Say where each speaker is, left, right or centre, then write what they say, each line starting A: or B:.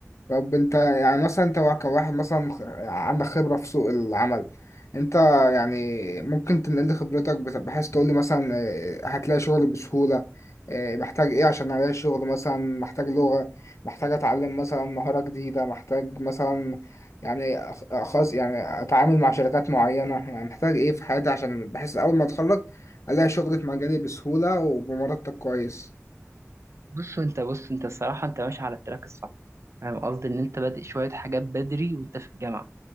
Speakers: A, on the left (about 65°); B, on the right (about 60°).
A: طب انت يعني مثلا انت وا- كواحد مثلا خ- عندك خبرة في سوق العمل انت يعني ممكن تنقل لي خبرتك بت- بحيث تقول لي مثلا اه، هتلاقي شغل بسهولة اه، محتاج ايه عشان الاقي شغل مثلا محتاج لغة محتاج اتعلم مثلا مهارة جديدة محتاج مثلا يعني أخ- خاص يعني اتعامل مع شركات معينة يعني محتاج ايه في حياتي عشان بحيث اول ما اتخرج الاقي شغل في مجالي بسهولة وبمرتب كويس
B: بص انت بص انت الصراحة انت ماشي على التراك الصح فاهم قصدي ان انت بادئ شوية حاجات بدري وانت في الجامعة